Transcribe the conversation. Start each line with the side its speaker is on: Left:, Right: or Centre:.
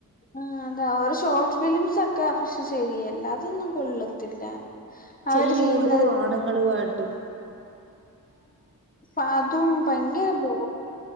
Left: ആ അതാ ഒരു ഷോർട്ട് ഫിലിംസൊക്കെ പക്ഷെ ശരിയല്ല അതൊന്നും കൊള്ളത്തില്ല അവര്
Right: ചെയ്യു
Left: ചെയ്യുന്നത്
Right: ഓരോ ആണുങ്ങളുമായിട്ടും
Left: അ അതും ഭയങ്കര ബോ